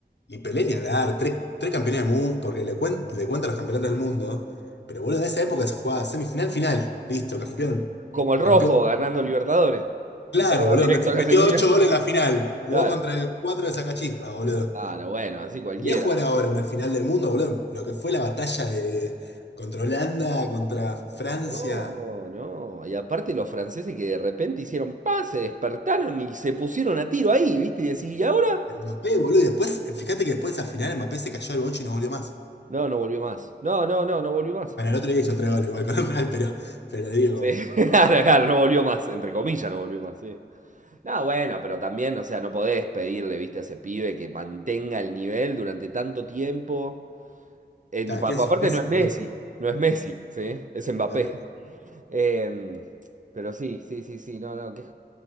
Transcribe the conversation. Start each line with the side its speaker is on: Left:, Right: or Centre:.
Left: Y Pelé ni hablar, tres, tres campeones del mundo, porque le, cuen- le cuentan los campeonatos del mundo, pero boludo, en esa época se jugaba semifinal, final, listo, campeón,
Right: Como el rojo
Left: campeón.
Right: ganando Libertadores.
Left: Claro,
Right: Entraba
Left: boludo.
Right: directo
Left: meti-
Right: a la
Left: Metió
Right: semifinal.
Left: 8 goles en la final. Jugó
Right: Claro,
Left: contra el 4 de Sacachispa, boludo.
Right: claro, bueno, así cualquiera,
Left: Venía a jugar
Right: boludo.
Left: ahora una final del mundo, boludo. Lo que fue la batalla de contra Holanda, contra Francia.
Right: No, no. Y aparte los franceses que de repente hicieron paz, se despertaron y se pusieron a tiro ahí, ¿viste? Y decís, ¿y ahora?
Left: Mbappé, boludo. Y después, fíjate que después de esa final Mbappé se cayó el bocho y no volvió más.
Right: No, no volvió más. No, no, no, no volvió más.
Left: Bueno, el otro día hizo 3 goles igual con el Real, pero, pero digo,
Right: Sí,
Left: como,
Right: <laughs> claro, claro, no volvió más, entre comillas, no volvió más, sí. No, bueno, pero también, o sea, no podés pedirle, viste, a ese pibe que mantenga el nivel durante tanto tiempo. En-
Left: cada
Right: pa-
Left: quien
Right: aparte
Left: son Messi,
Right: no es Messi,
Left: boludo.
Right: no es Messi, ¿sí? Es Mbappé.
Left: Mándala.
Right: Em, pero sí, sí, sí, sí, no, no, que,